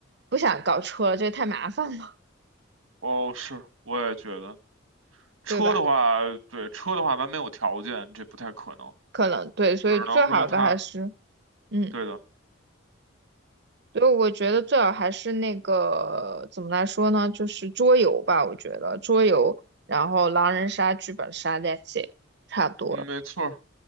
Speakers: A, on the right; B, on the right.
A: 不想搞车了，这个太麻烦了，
B: 哦，是，我也觉得，车的话，
A: 对吧？
B: 对，车的话，咱没有条件，这不太可能，
A: 可能对，所以最好的还是，
B: 只能说它，
A: 嗯，
B: 对的，
A: 所以我觉得最好还是那个怎么来说呢？就是桌游吧，我觉得桌游，然后狼人杀、剧本杀，that's it，差不多了。
B: 嗯没错儿